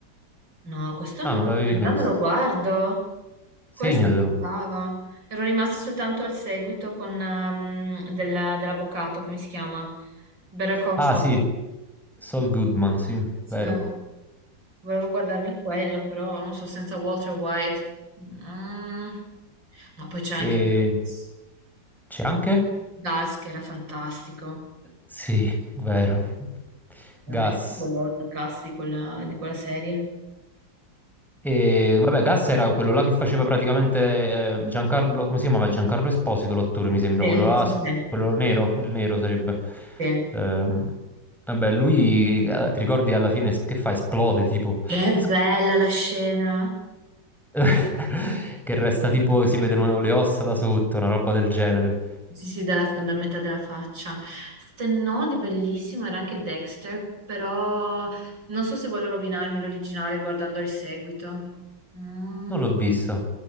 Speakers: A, on the right; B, in the centre.
A: No, questo
B: Ah,
A: mi-
B: non l'avevi mai
A: allora
B: visto.
A: me lo guardo. Questo
B: Segnatelo.
A: mi mancava. Ero rimasta soltanto al seguito con, ehm, della- dell'avvocato, come si chiama? Better Call
B: Ah,
A: Saul.
B: sì. Saul Goodman, sì,
A: Cioè,
B: vero.
A: volevo guardarmi quello, però non so, senza Walter White. Mm. Ma poi c'è anche
B: E...
A: Gus.
B: C'è anche?
A: Gus che era fantastico.
B: Sì, vero.
A: Veramente
B: Gas.
A: volevo il cast di quella, di quella serie.
B: E vabbè, Gas era quello là che faceva praticamente eh, Giancarlo, come si chiamava? Giancarlo Esposito, l'attore, mi sembra,
A: Sì,
B: quello là,
A: sì,
B: s-
A: sì.
B: quello nero, il nero sarebbe.
A: sì.
B: Ehm, vabbè, lui, eh, ti ricordi alla fine es- che fa? Esplode, tipo.
A: Che
B: S-
A: bella la scena.
B: <laughs> Che resta tipo, si vedono le ossa da sotto, una roba del genere.
A: Sì, sì, dalla, da metà della faccia. Se no, di bellissimo era anche Dexter, però non so se voglio rovinarmi l'originale guardando il seguito. Mm.
B: Non l'ho visto.